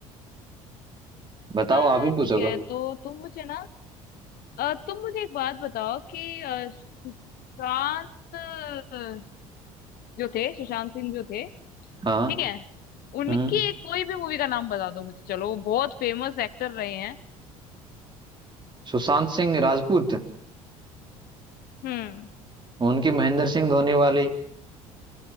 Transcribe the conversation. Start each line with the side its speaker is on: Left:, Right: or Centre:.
Right: बताओ
Left: आ
Right: आप ही पूछोगे
Left: ठीक है तो तुम मुझे ना अ, तुम मुझे एक बात बताओ कि अ, सुशांत अ, जो थे सुशांत सिंह जो थे
Right: हाँ
Left: ठीक है उनकी
Right: हम्म
Left: एक कोई भी मूवी का नाम बता दो मुझे चलो वो बहुत फेमस एक्टर रहे हैं
Right: सुशांत सिंह राजपूत
Left: हम्म
Right: उनकी महेंद्र सिंह धोनी वाली